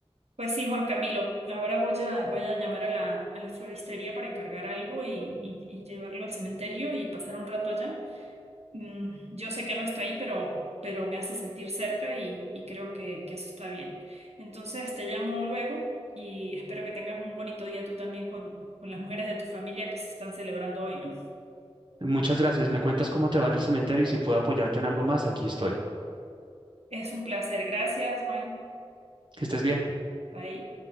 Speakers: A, on the right; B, on the right.
A: Pues sí, Juan Camilo, ahora voy a, voy a llamar a la, a la floristería para encargar algo y, y y llevarlo al cementerio y pasar un rato allá. mm, yo sé que no estoy ahí, pero, pero me hace sentir cerca y, y creo que, que eso está bien. Entonces te llamo luego y espero que tengas un bonito día tú también con, con las mujeres de tu familia que se están celebrando hoy, ¿no?
B: Muchas gracias. Me cuentas cómo te va en el cementerio y si puedo apoyarte en algo más, aquí estoy.
A: Es un placer. Gracias, Juan.
B: Que estés bien.
A: Bye.